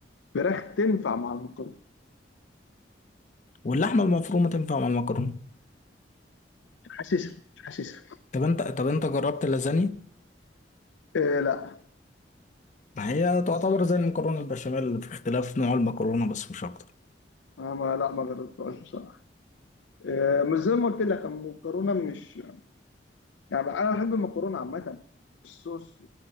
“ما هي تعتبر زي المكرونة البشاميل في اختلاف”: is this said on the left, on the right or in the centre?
Left